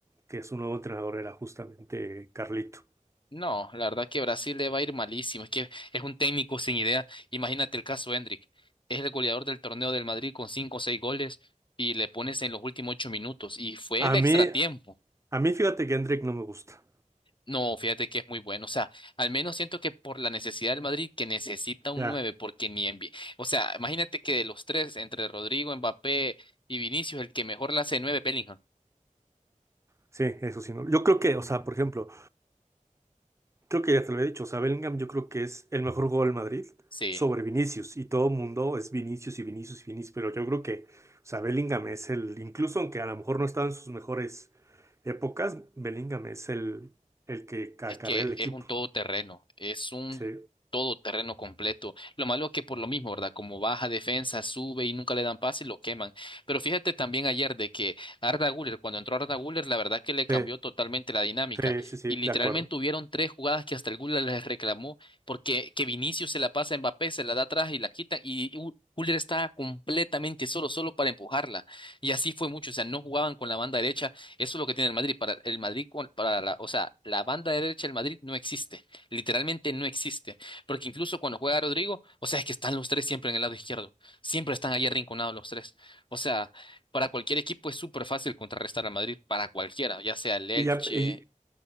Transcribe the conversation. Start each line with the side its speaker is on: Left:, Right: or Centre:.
Right: que su nuevo entrenador era justamente Carlito.
Left: No, la verdad que Brasil le va a ir malísimo. Es que es un técnico sin idea. Imagínate el caso Hendrik, Es el goleador del torneo del Madrid con cinco o seis goles y le pones en los últimos ocho minutos. Y fue el
Right: A
Left: extratiempo
Right: mí, a mí fíjate que Hendrik no me gusta.
Left: No, fíjate que es muy bueno. O sea, al menos siento que por la necesidad del Madrid, que necesita un
Right: Ya,
Left: 9 porque ni en... O sea, imagínate que de los tres, entre Rodrigo, Mbappé y Vinicius, el que mejor la hace de 9 Bellingham.
Right: sí, eso sí. No. Yo creo que, o sea, por ejemplo, creo que ya te lo he dicho, o sea, Bellingham yo creo que es el mejor jugador del Madrid
Left: Sí.
Right: sobre Vinicius y todo el mundo es Vinicius y Vinicius y Vinicius, pero yo creo que, o sea, Bellingham es el, incluso aunque a lo mejor no estaba en sus mejores épocas, Bellingham es el, el que acarrea
Left: Es que
Right: el equipo.
Left: es un todoterreno, es un
Right: Sí.
Left: todoterreno completo. Lo malo es que por lo mismo, ¿verdad? Como baja defensa, sube y nunca le dan pase y lo queman. Pero fíjate también ayer de que Arda Güler, cuando entró Arda Güler, la verdad que le cambió
Right: Sí,
Left: totalmente la dinámica.
Right: sí, sí, sí,
Left: Y literalmente
Right: de acuerdo.
Left: hubieron tres jugadas que hasta el Güler les reclamó porque que Vinicius se la pasa a Mbappé, se la da atrás y la quitan y Gu- Güler estaba completamente solo, solo para empujarla. Y así fue mucho, o sea, no jugaban con la banda derecha eso es lo que tiene el Madrid. Para el Madrid, cual- para la, o sea, la banda derecha del Madrid no existe. Literalmente no existe. Porque incluso cuando juega Rodrigo, o sea, es que están los tres siempre en el lado izquierdo. Siempre están ahí arrinconados los tres. O sea, para cualquier equipo es súper fácil contrarrestar al Madrid, para cualquiera, ya sea el Elche.
Right: Y ya, y,